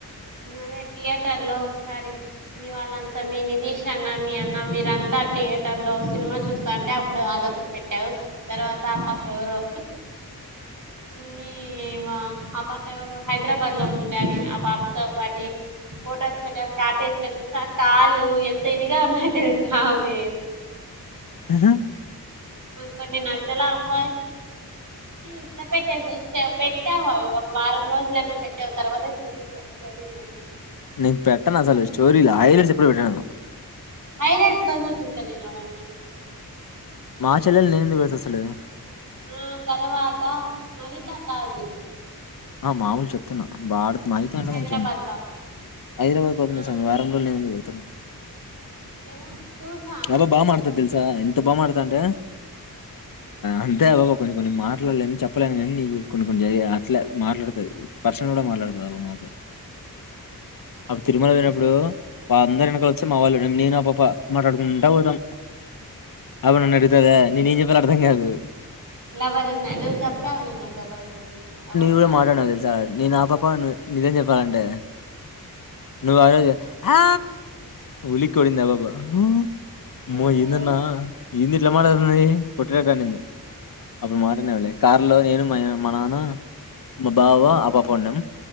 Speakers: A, on the right; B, on the left.
A: అదే థియేటర్ లో ఒకసారి మీ వాళ్ళంతా మీ నితీష్ అన్న మీ అన్న మీరంతా థియేటర్ లో సినిమా చూస్తా అంటే అప్పుడు అదొకటి పెట్టావ్ తర్వాత ఆ పాప ఎవరు మీ ఆ పాప ఎవరు హైదరాబాద్ లో ఉంటుంది ఆ పాప తో పాటి ఫొటోస్ పెట్ట షార్ట్ వేస్తె కాళ్ళు ఎంత ఇదిగా ఉన్నాయో తెలుసా అవి
B: ఉ ఊ
A: మకు కొన్ని నచ్చలా అబ ఇట్లా పెట్టే పెట్టావు అవి ఒక వారం రోజులు ఏమో పెట్టావు తర్వాత తీసేసా స్టోరీలని
B: నేను పెట్టాను అసలు స్టోరీలా హైలైట్స్ ఎప్పుడు పెట్టానును
A: ఐలాండ్స్ లోనే చూసాను నేను అవన్నీ
B: మాచెలలు నేనుంది వెళ్తా ససలు
A: ఆ తర్వాత మహిత కాదు
B: ఆ మామూలు చెప్తున్నా బాడ అయిత అంట
A: హైదరాబాద్
B: కొంచెం
A: పాప
B: హైదరాబాద్ పపనేవామి
A: ఆ
B: వారం రోజు నేనుందుకు వెళ్తాను
A: ఏమో చూసా
B: అ బ బా మతదిల్సా ఎంత ఎంత బాగుమాడుతా అంటే అంతే బాబ కొన్ని కొన్ని మాట్లాడలేని చెప్పలేని కానీ నీ కొన్ని కొ అట్లే మాట్లాడుతు పర్శన కూడా మాట్లాడుతు అబ మాక అప్పుడు తిరుమల పోనప్పుడు వాళ్ళ అందరు వెనకల వచ్చి మా వాళ్ళు నేనా పాప మాట్లాడుకుంటా పోతాం అవు నన్ను అడుగుతే అదే నేనే ఏం చెప్పాలో అర్థం కాదు
A: లెబరెన్న నువ్వు చెప్పావులే ఆ పాబా గురించి ఆ పాబా
B: నువ్వే మాట్లాడవు తెలుసా నేన్ ఆ పాప నిజం చెప్పాలంటే నువ్వు ఆరోజే ఆ ఉలిడిందా <unintelligible> అమ్మో
A: ఎప్పుడు
B: ఏంది అన్నా ఏంది ఇట్లా మాట్లాడుతుంది కొట్టినట్ండింది అప్పుడు మాటలానేవాళ్ళి కార్ లో నేను మ మనన్న మా బావ ఆ పాపండం